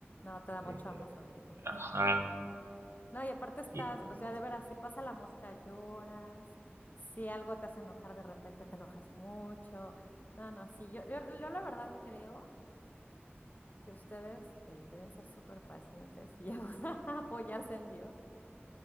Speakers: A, on the left; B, on the right.
A: No, te dan
B: eh,
A: bochornos horribles.
B: ajá.
A: No, y aparte estás,
B: y-
A: o sea, de veras, si pasa la mosca lloras, si algo te hace enojar de repente te enojas mucho. No, no, sí, yo, yo, yo la verdad creo. que ustedes eh, deben ser súper pacientes y <laughs> apoyarse en Dios.